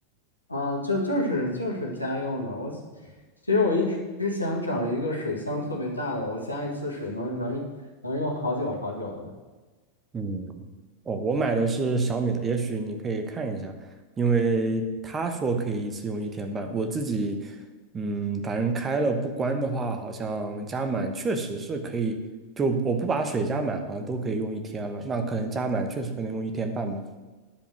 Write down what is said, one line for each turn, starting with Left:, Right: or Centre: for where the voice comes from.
Left: 啊，就就是就是家用的。我其其实我一直一直想找一个水箱特别大的，我加一次水能能能用好久好久的。
Right: 嗯，哦，我买的是小米的，也许你可以看一下，因为他说可以一次用一天半，我自己，嗯，反正开了不关的话，好像加满确实是可以，就我不把水加满，好像都可以用一天了，那可能加满确实可能用一天半吧，